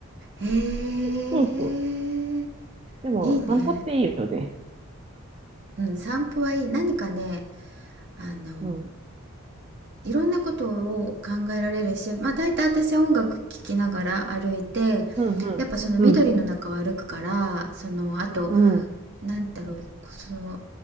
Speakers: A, on the right (about 50°); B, on the right (about 25°).
A: へえ、
B: <laughs> そうそう。でも、
A: いいね。
B: 散歩っていいよね。
A: うん、散歩はいい。何かね、あの
B: うん。
A: いろんなことを考えられるし、まあ、大体私は音楽聴きながら歩いて
B: うん、
A: やっぱその緑の中を歩くからそのあと
B: うん。うん、うん。
A: なんだろうその